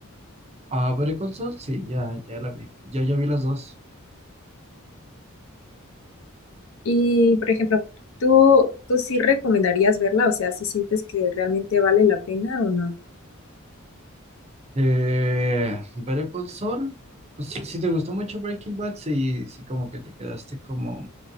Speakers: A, on the right (about 30°); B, on the left (about 70°).
A: Ah, Better Call Saul, sí, ya, ya la vi. Ya, ya vi las dos.
B: Y por ejemplo, ¿tú, tú sí recomendarías verla? O sea, si sientes que realmente vale la pena o no?
A: Eh, Better Call Saul, pues si, si te gustó mucho Breaking Bad, sí, sí, como que te quedaste como. o